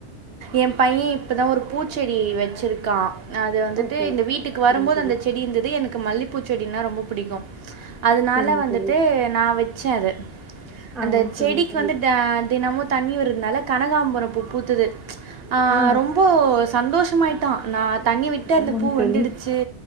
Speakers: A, on the right; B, in the centre.
A: என் பைய இப்போதா ஒரு பூச்செடி வச்சிருக்கா அது வந்துட்டு
B: ஓகே
A: இந்த
B: ஓகே
A: வீட்டுக்கு
B: சரிங்க
A: வரும்போது
B: தோழி
A: அந்த செடி இருந்தது எனக்கு கு மல்லிப்பூச்செடின்னா ரொம்ப பிடிக்கு அதனால
B: சரிங்க
A: வந்துட்டு
B: தோழி
A: நா வச்ச அது
B: ஆ
A: அந்த செடிக்கு
B: சரிங்க தோழி
A: வந்து த தினமு தண்ணி ஒரு னால கனகாம்புரொ பூ பூத்தது ஆஹ்
B: ஆ
A: ரொம்ப சந்தோஷமாய் தா நா தண்ணி விட்டு
B: ஆமாங்க
A: அந்த பூ வந்துடுச்சு
B: தோழி